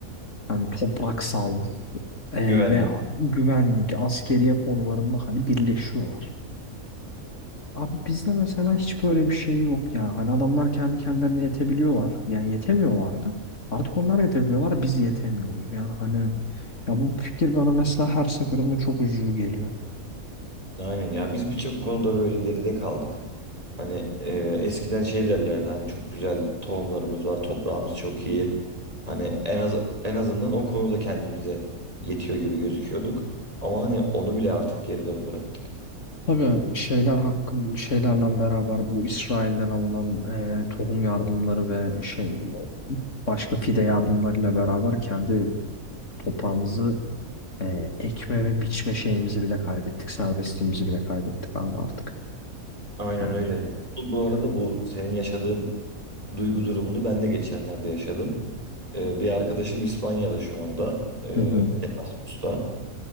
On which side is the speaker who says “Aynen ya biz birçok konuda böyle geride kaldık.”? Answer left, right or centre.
Right